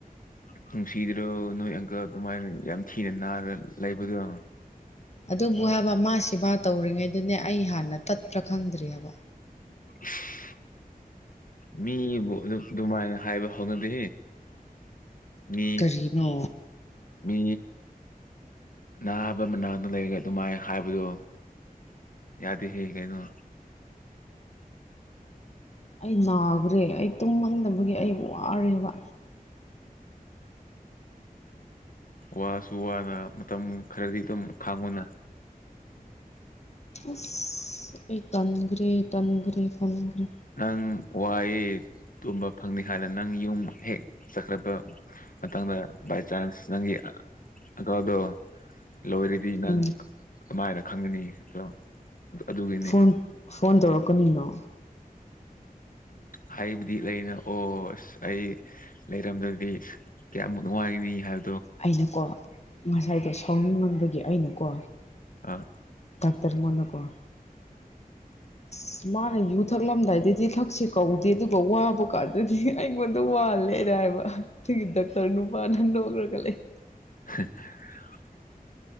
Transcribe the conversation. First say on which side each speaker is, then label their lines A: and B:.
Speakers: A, on the left; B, on the left.
A: ꯅꯨꯡꯁꯤꯗ꯭ꯔꯣ ꯅꯣꯏ ꯑꯪꯀ ꯑꯗꯨꯃꯥꯏꯅ ꯌꯥꯝ ꯊꯤꯅ ꯅꯥꯔ ꯂꯩꯕꯗꯣ
B: ꯑꯗꯨꯕꯨ ꯍꯥꯏꯕ ꯃꯥ ꯁꯦꯕꯥ ꯇꯧꯔꯤꯉꯩꯗꯅꯦ ꯑꯩ ꯍꯥꯟꯅ ꯇꯠꯄ꯭ꯔꯥ ꯈꯪꯗ꯭ꯔꯤ ꯍꯥꯏꯕ
A: <unintelligible> ꯃꯤꯕꯨ ꯑꯗꯨꯃꯥꯏꯅ ꯍꯥꯏꯕ ꯍꯧꯅꯗꯦ ꯃꯤ
B: ꯀꯔꯤꯅꯣ
A: ꯃꯤ ꯅꯅꯥꯕ ꯃꯅꯥꯗ ꯂꯩꯔꯦ ꯑꯗꯨꯃꯥꯏ ꯍꯥꯏꯕꯗꯣ ꯌꯥꯗꯦ ꯍꯦꯒꯥꯏꯩꯅꯣ
B: ꯑꯩ ꯅꯥꯈ꯭ꯔꯦ ꯑꯩ ꯇꯨꯝꯃꯟꯗꯕꯒꯤ ꯑꯩ ꯋꯥꯔꯦꯕ
A: ꯋꯥꯁꯨ ꯋꯥꯅ ꯃꯇꯝ ꯈꯔꯗꯤ ꯑꯗꯨꯝ ꯐꯥꯡꯉꯨꯅ
B: ꯑ ꯑꯩ ꯇꯟꯒ꯭ꯔꯦ ꯇꯟꯒ꯭ꯔꯦ ꯇꯟꯒ꯭ꯔꯦ
A: ꯅꯪ ꯋꯥꯑ ꯇꯨꯝꯕ ꯐꯪꯅꯤ ꯍꯥꯏꯅ ꯅꯪ ꯌꯨꯝ ꯍꯦꯛ ꯆꯠꯈ꯭ꯔꯕ ꯃꯪꯗ ꯏ ꯆꯥꯟꯁ ꯅꯪꯒꯤꯥꯎꯗꯣ ꯂꯣꯏꯔꯗꯤ ꯅꯪ
B: ꯎꯝ
A: ꯀꯃꯥꯏꯅ ꯈꯪꯒꯅꯤ ꯑꯗꯣ ꯑꯗꯨꯒꯤꯅꯤ
B: ꯐꯣꯟ ꯐꯣꯟ ꯇꯧꯔꯛꯀꯅꯤꯅꯣ
A: ꯍꯥꯏꯕꯨꯗꯤ ꯂꯩꯅ ꯑꯣ ꯑꯁ ꯑꯩ ꯂꯩꯔꯝꯗꯕꯗꯤ ꯀꯌꯥꯅꯨꯡꯉꯥꯏ ꯃꯤ ꯍꯥꯏ
B: ꯑꯩꯅꯀꯣ ꯉꯁꯥꯏꯗꯣ ꯁꯥꯎꯅꯤꯡ ꯉꯕꯒꯤ ꯑꯩꯅꯀꯣ
A: ꯑꯥ
B: ꯇꯔꯃꯣꯟꯅꯀꯣ
A: <unintelligible> <inaudible>
B: ꯑꯁ ꯃꯥꯅ ꯌꯨ ꯊꯛꯂꯝꯗꯥꯏꯗꯗꯤ ꯊꯛꯁꯦ ꯀꯧꯗꯦ ꯑꯗꯨꯒ ꯋꯥꯕ ꯀꯥꯟꯗꯗꯤ ꯑꯩꯉꯣꯟꯗ ꯋꯥꯜꯂꯦꯅ ꯍꯥꯏꯕ ꯁꯤꯒꯤ ꯗꯇꯔ ꯅꯨꯄꯥ ꯅꯅ ꯑꯣꯏꯈ꯭ꯔꯒ ꯂꯩ
A: <unintelligible> <inaudible>